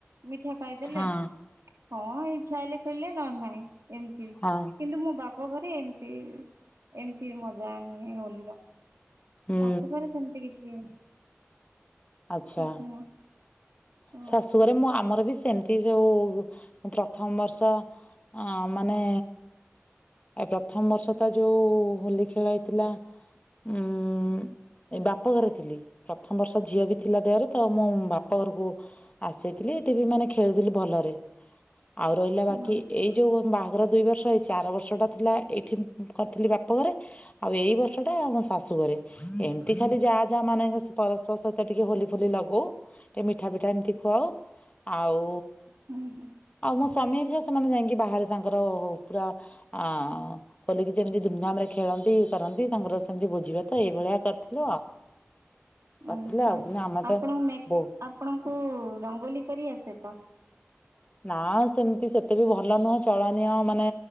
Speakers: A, on the right; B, on the left.
A: ମିଠା ଖାଇଦେଲେ।
B: ହଁ
A: ହଁ ଇଛା ହେଲେ ଖେଳିଲେ ନହନେ ନାହିଁ ଏମତି।
B: ହଁ
A: କିନ୍ତୁ ମୋ ବାପ ଘରେ ଏମତି ଏମତି ମଜା ନିଏ ହୋଲି ର।
B: ହୁଁ
A: ଶୋଶୁ ଘରେ ସେମତି କିଛି
B: ଆଚ୍ଛା
A: ଖାସ୍ ନୁହଁ। ଓ
B: ଶାଶୁଘରେ ମୁଁ ଆମର ବି ସେମତି ଯୋଉ ପ୍ରଥମ ବର୍ଷ ଅଁ ମାନେ ଆଉ ପ୍ରଥମ ବର୍ଷ ତ ଯୋଉ ହୋଲି ଖେଳ ହେଇଥିଲା ଉଁ ଏ ବାପଘରେ ଥିଲି ପ୍ରଥମ ବର୍ଷ ଝିଅ ବି ଥିଲା ଦେହରେ ତ ମୁଁ ବାପ ଘରୁକୁ ଆସିଯାଇଥିଲି ତିବି ମାନେ ଖେଳୁଥିଲି ଭଲରେ। ଆଉ ରହିଲା ବାକି
A: ହୁଁ
B: ଏଇ ଯୋଉ ବାହାଘର ଦୁଇ ବର୍ଷ ହେଇଚି ଆର ବର୍ଷଟା ଥିଲା ଏଇଠି କରିଥିଲି ବାପ ଘରେ। ଆଉ ଏଇ ବର୍ଷ ଟା ମୋ ଶାଶୁ ଘରେ ଏମତି ଖାଲି ଯାଆ ଯାଆ ମାନେ ପରସ୍ପର ସହ ତ ଟିକେ ହୋଲି ଫୋଲି ଲଗଉ ଏ ମିଠା ଫିଠା ଏମତି ଖୁଆଉ ଆଉ
A: ହୁଁ ହୁଁ
B: ଆଉ ମୋ ସ୍ୱାମୀ ହରିକା ସେମାନେ ଯାଇକି ବାହାରେ ତାଙ୍କର ପୁରା ଆଁ ହୋଲିକି ଯେମିତି ଧୁମଧାମ୍ ରେ ଖେଳନ୍ତି। ଇଏ କରନ୍ତି ତାଙ୍କର ସେମିତି ଭୋଜି ଭାତ ଏଇଭଳିଆ କରିଥିଲୁ ଆଉ। କରିଥିଲେ
A: ଆଚ୍ଛା
B: ଆଉ କିନ୍ତୁ ଆମେ ତ
A: ଆପଣଙ୍କ ମେ
B: ବହୁ
A: ଆପଣଙ୍କୁ ରଙ୍ଗୋଲି କରି ଆସେ ତ?
B: ନାଁ ସେମତି ସେତେ ବି ଭଲ ନୁହେ ଚଳନୀୟ ମାନେ